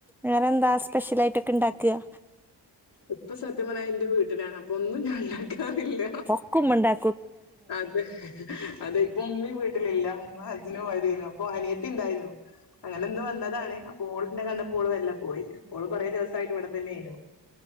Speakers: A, in the centre; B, on the left (about 65°).
A: വെറെന്താ സ്പെഷ്യലായിട്ടൊക്കെ ഇണ്ടാക്ക്വാ?
B: ഇപ്പൊ സത്യം പറഞ്ഞ ഇന്റെ വീട്ടിലാണ് അപ്പൊ ഒന്നും ഞാൻ ഇണ്ടാക്കാറില്ല
A: ക്കുമ്മണ്ടാ
B: അതെ അതെ ഇപ്പൊ ഉമ്മിം വീട്ടിലില്ല ഉമ്മ ഹജ്ജിന് പോയതേനു. പ്പൊ അനിയത്തി ഇണ്ടായ്നു. അങ്ങനെ ഇന്നു വന്നതാണ് അപ്പോ ഓള് ഇന്നെ കണ്ടപ്പോ ഓള് വെല്ലെ പോയി ഓള് കുറേ ദിവസായിട്ട് ഇവടെ തന്നേനു.